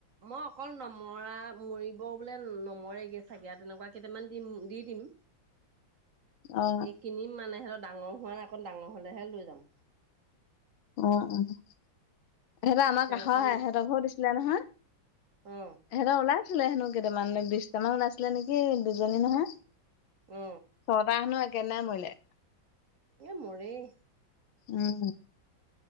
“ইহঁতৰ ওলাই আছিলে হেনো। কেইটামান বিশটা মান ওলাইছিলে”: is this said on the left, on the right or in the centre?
Left